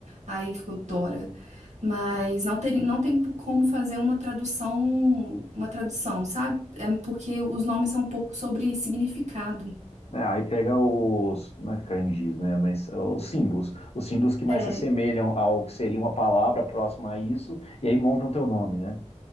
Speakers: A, on the right; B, on the left.
A: aí ficou Dora. Mas não tem, não tem como fazer uma tradução, uma tradução, sabe? É porque os nomes são um pouco sobre significado.
B: é, aí pega os, não é kanjis, né? Mas é, os símbolos. Os símbolos que mais
A: É.
B: se assemelham ao que seria uma palavra próxima a isso, e aí montam teu nome, né?